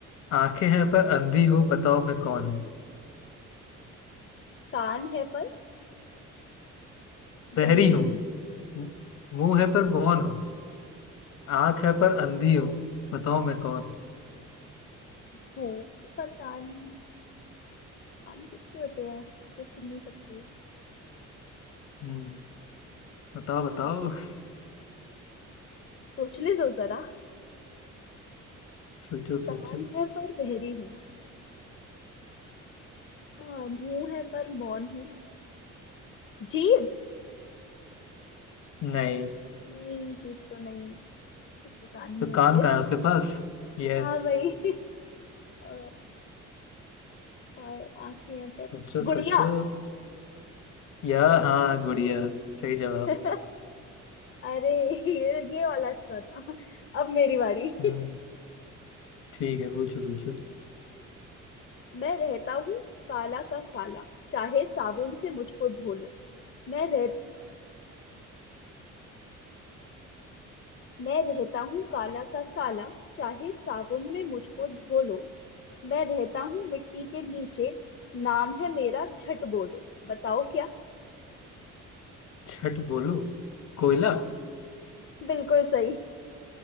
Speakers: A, on the left; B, on the left.
A: आंखें हैं पर अंधी हूँ बताओ मैं कौन हूँ
B: कान है पर
A: बहरी
B: बहरी
A: हूँ
B: हूँ
A: मु- मुंह है
B: अच्छा
A: पर मौन हूँ आंख है पर अंधी हूँ बताओ मैं कौन हूँ
B: भूख पर कान कान किसके होते हैं जो सुन नहीं सकती
A: हम्म, बताओ बताओ
B: कान
A: <laughs>
B: सोचने दो जरा
A: सोचो सोचो
B: कान है पर बहरी हूँ हाँ मुंह है पर मौन हूँ जीभ
A: नहीं
B: नहीं जीभ तो नहीं उसके कान नहीं
A: तो
B: होते
A: कान कहाँ है
B: <laughs>
A: उसके पास यस
B: हाँ भाई अ, और आंखें हैं पर
A: सोचो
B: गुड़िया
A: सोचो या हाँ गुड़िया सही जवाब
B: <laughs> अरे ये ये वाला अच्छा था अब मेरी बारी <laughs>
A: हम्म ठीक है पूछो पूछो
B: मैं रहता हूँ काला का काला चाहे साबुन से मुझको धो लो मैं रह मैं रहता हूँ काला का काला चाहे साबुन में मुझको धो लो मैं रहता हूँ मिट्टी के नीचे नाम है मेरा झट बोलो बताओ क्या
A: छठ बोलो कोयला
B: बिल्कुल सही